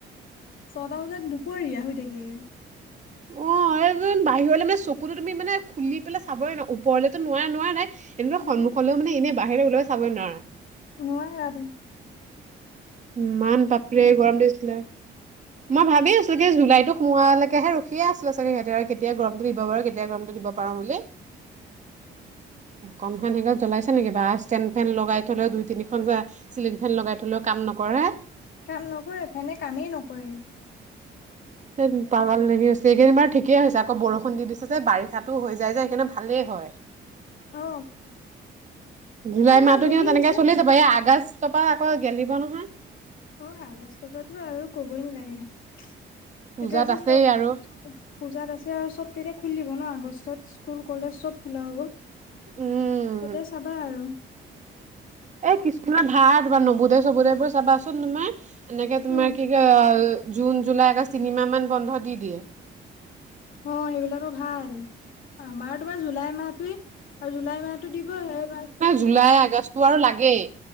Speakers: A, on the left; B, on the right.
A: ছটা বজাত দুপৰীয়া হৈ থাকে।
B: অ এই বাহিৰলৈ মানে চকুতো তুমি মানে খুলি পেলাই চাবই নোৱাৰি ওপৰলেতো নোৱাৰা নোৱাৰা নাই। এনেকুৱা
A: উম
B: সন্মুখলৈও মানে এনে বাহিৰে ওলাই চাবই নোৱাৰা।
A: নোৱাৰে আৰু
B: ইমান বাপৰি গৰম দিছিলে মই ভাবি আছো কি জুলাইতো সোমোৱালৈকেহে ৰখিয়ে আছিলে ছাগে সিহঁতে আৰু কেতিয়া গৰম দিব পাৰো কেতিয়া গৰমটো দিব পাৰো বুলি। কম খন জ্বলাইছে নেকি বা ষ্টেণ্ড ফেন লগাই থলেও দুই তিনিখন চিলিং ফেন লগাই থলেও কাম নকৰে
A: কাম নকৰে ফেনে কামেই নকৰে।
B: <unintelligible> লাগি হৈছে এইকেদিন ঠিকেই হৈছে আকৌ বৰষুণ দি দিছে যে বাৰিষাতো হৈ যায় যে সেইকাৰণে ভালেই হয়।
A: অ
B: জুলাই
A: আৰু তোমাৰ
B: মাহটো
A: হেৰি
B: কিন্তু তেনেকে
A: হৈছে
B: চলি যাব এই আগষ্ট তাৰপৰা, আকৌ গেলিব নহয়।
A: অ'! আগষ্ট পৰাতো আৰু ক'বই নালাগে! তেতিয়া
B: পূজাত
A: যে
B: আছেই
A: পূজাত
B: আৰু
A: আছে আৰু। চব তেতিয়া খুলিব ন' আগষ্টত, স্কুল-কলেজ চব খোলা হ'ব।
B: উম
A: তেতিয়া চাবা আৰু।
B: এ, কিছুমানৰ <unintelligible> তোমাৰ নৱোদয়-চৱোদয় বোৰ চাবাচোন, তোমাৰ! এনেকে, তোমাৰ
A: উম
B: কি কয়, জুন-জুলাই, আগষ্ট তিনিমাহ মান বন্ধ দি দিয়ে।
A: অ'! সেইবিলাকৰ ভাল! আমাৰ তোমাৰ জুলাই মাহটোৱে আৰু জুলাই মাহতো দিব, সেই <unintelligible>
B: জুলাই-আগষ্টটো আৰু লাগেই।